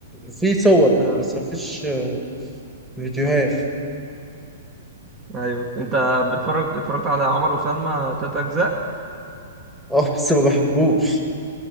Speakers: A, in the centre; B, on the right.
A: في صور
B: آه،
A: بس مفيش آه، فيديوهات
B: ايوه انت بتتفرج اتفرجت على عمر وسلمى تلات اجزاء
A: اه بس ما بحبوش